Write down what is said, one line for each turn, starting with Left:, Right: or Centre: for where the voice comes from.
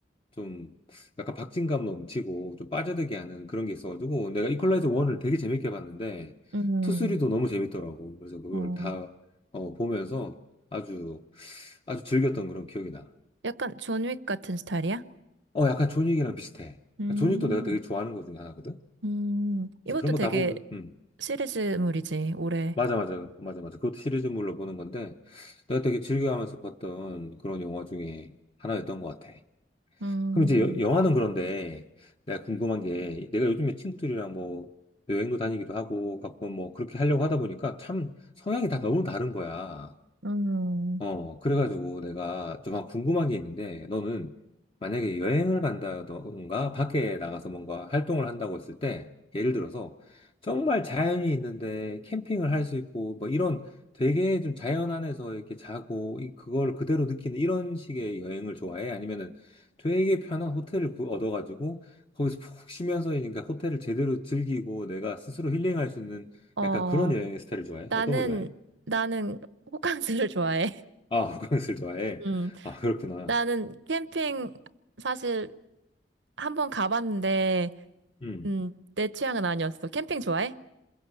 Left: 좀 약간 박진감 넘치고 좀 빠져들게 하는 그런 게 있어가지고 내가 이퀄라이저 1을 되게 재밌게 봤는데
Right: 음,
Left: 2, 3도 너무 재밌더라고. 그래서 그걸
Right: 어,
Left: 다 어, 보면서 아주 아주 즐겼던 그런 기억이 나.
Right: 약간 존윅 같은 스타일이야?
Left: 어 약간 존윅이랑 비슷해.
Right: 음.
Left: 존윅도 내가 되게 좋아하는 것 중에 하나거든.
Right: 음, 이것도
Left: 그런
Right: 되게
Left: 거 다 보면 음
Right: 시리즈물이지, 올해.
Left: 맞아 맞아 맞아 맞아 그것도 시리즈물로 보는 건데 내가 되게 즐겨하면서 봤던 그런 영화 중에 하나였던 것 같아.
Right: 음,
Left: 그럼 이제 여- 영화는 그런데 내가 궁금한 게 내가 요즘에 친구들이랑 뭐 여행도 다니기도 하고 가끔 뭐 그렇게 하려고 하다 보니까 참 성향이 다 너무 다른 거야.
Right: 음,
Left: 어, 그래가지고 내가 좀 궁금한 게 있는데, 너는 만약에 여행을 간다던가 밖에 나가서 뭔가 활동을 한다고 했을 때, 예를 들어서 정말 자연이 있는데 캠핑을 할 수 있고, 뭐 이런 되게 좀 자연 안에서 이렇게 자고, 이- 그걸 그대로 느끼는 이런 식의 여행을 좋아해? 아니면은 되게 편한 호텔을 구- 얻어가지고, 거기서 푹 쉬면서 그러니까 호텔을 제대로 즐기고 내가 스스로 힐링할 수 있는
Right: 어,
Left: 약간 그런 여행의 스타일을 좋아해?
Right: 나는,
Left: 어떤 걸 좋아해?
Right: 나는 호캉스를 <laughs> 좋아해.
Left: 아, 호캉스를 좋아해.
Right: 음,
Left: 아, 그렇구나.
Right: 나는 캠핑 사실 한번 가봤는데,
Left: 음.
Right: 음, 내 취향은 아니었어. 캠핑 좋아해?